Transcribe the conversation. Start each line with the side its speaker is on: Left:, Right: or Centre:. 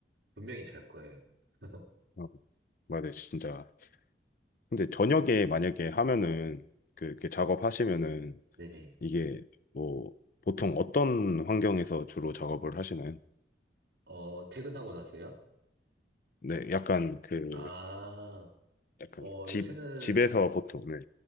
Right: 분명히 잘 거예요. <laughs>
Left: 어, 맞아요. 진짜 근데 저녁에 만약에 하면은 그 이렇게 작업하시면은
Right: 네네.
Left: 이게 뭐 보통 어떤 환경에서 주로 작업을 하시나요?
Right: 어, 퇴근하고 나서요?
Left: 네, 약간 그
Right: 아,
Left: 약간
Right: 어,
Left: 집
Right: 요새는,
Left: 집에서 보통 네.